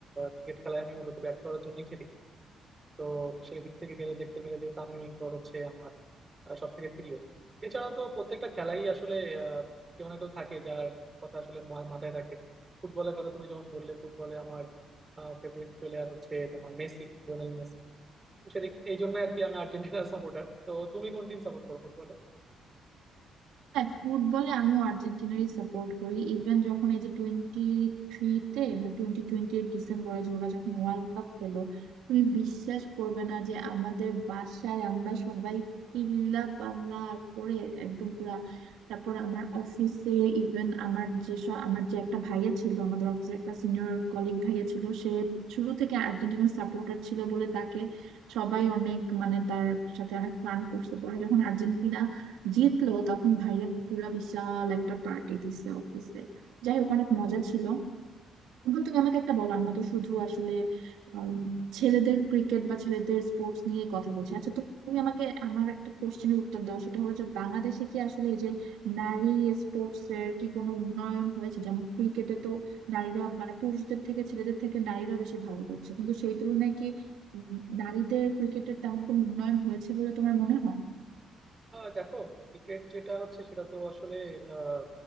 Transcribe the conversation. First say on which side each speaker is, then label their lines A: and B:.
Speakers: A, on the right; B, on the right.
A: ক্রিকেট খেলায় আমি মূলত ব্যাট করার জন্যই খেলি তো সেই দিক থেকে গেলে দেখতে গেলে যে তামিম ইকবল হচ্ছে আমার সব থেকে প্রিয় এছাড়া তো প্রত্যেকটা খেলাই আসলে আহ, কেউ না কেউ থাকে যার কথা আসলে মা- মাথায় থাকে ফুটবলের কথা তুমি যেমন বললে ফুটবলে আমার ফেভারিট প্লেয়ার হচ্ছে তোমার মেসি লিওনেল মেসি তো সেদিক এই জন্য আর কি আমি আর্জেন্টিনার সাপোর্টার তো তুমি কোন টিম সাপোর্ট করো ফুটবলে
B: হ্যাঁ ফুটবলে আমিও আর্জেন্টিনারই সাপোর্ট করি ইভেন যখন এই যে টোয়েন্টি থ্রিতে টোয়েন্টি টোয়েন্টি এইট ডিসেম্বরে যে ওরা যখন ওয়ার্ল্ড কাপ পেলো তুমি বিশ্বাস করবে না যে আমাদের বাসায় আমরা সবাই চিল্লা পাল্লা করে একদম পুরা তারপর আমার অফিসে ইভেন আমার যেসব আমার যে একটা ভাইয়া ছিল আমাদের অফিসে একটা সিনিয়র কলিগ ভাইয়া ছিল সে শুরু থেকে আর্জেন্টিনার সাপোর্টার ছিল বলে তাকে সবাই অনেক মানে তার সাথে অনেক ফান করছে পরে যখন আর্জেন্টিনা জিতলো তখন ভাইয়া পুরা বিশাল একটা পার্টি দিছে অফিসে যাই হোক অনেক মজা ছিল এখন তুমি আমাকে একটা বলো আমরা তো শুধু আসলে উম, ছেলেদের ক্রিকেট বা ছেলেদের স্পোর্টস নিয়ে কথা বলছি আচ্ছা তো তুমি আমাকে আমার একটা কোশ্চেনের উত্তর দাও সেটা হলো যে বাংলাদেশে কি আসলে এই যে নারী স্পোর্টস এর কি কোনো উন্নয়ন হয়েছে যেমন ক্রিকেটে তো নারীরা মানে পুরুষদের থেকে ছেলেদের থেকে নারীরা বেশি ভালো করছে কিন্তু সেই তুলনায় কি উম, নারীদের ক্রিকেটের তেমন কোনো উন্নয়ন হয়েছে বলে তোমার মনে হয়
A: আহ দেখো ক্রিকেট যেটা হচ্ছে সেটা তো আসলে আহ,